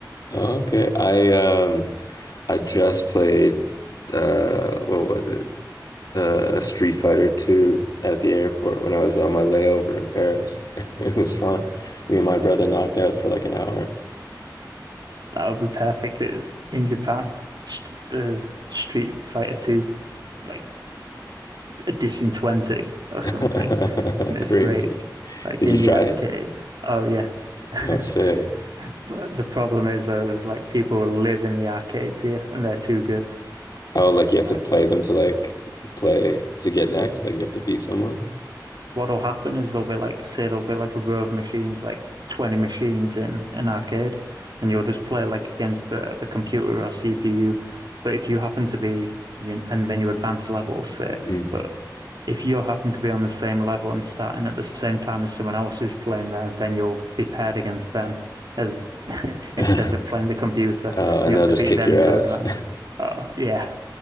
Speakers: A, on the left; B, on the right.
A: Okay. I um I just played uh what was it? Uh Street Fighter 2 at the airport when I was on my layover in Paris. <laughs> It was fun. Me and my brother knocked out for like an hour.
B: That would be perfect. It's in Japan. Sh- There's Street Fighter 2, like edition 20 or something,
A: <laughs>
B: and it's
A: Crazy.
B: great, like
A: Did
B: in
A: you try
B: the arcades.
A: it?
B: Oh, yeah. <laughs>
A: Oh, sick.
B: But the problem is, though, is like people live in the arcades here and they're too good.
A: Oh, like you
B: And
A: have
B: like,
A: to play them to like play to get next, like you have to beat someone.
B: what'll happen is there'll be like, say there'll be like a row of machines, like 20 machines in an arcade, and you'll just play like against the, the computer or CPU. But if you happen to be, you, and then you advance levels, say,
A: hmm
B: but if you happen to be on the same level and starting at the same time as someone else who's playing there, then you'll be paired against them as <laughs> instead
A: <laughs>
B: of playing the computer,
A: Oh,
B: and
A: and
B: you have
A: they'll
B: to
A: just
B: beat
A: kick
B: them
A: your
B: to
A: ass.
B: advance. Oh, yeah,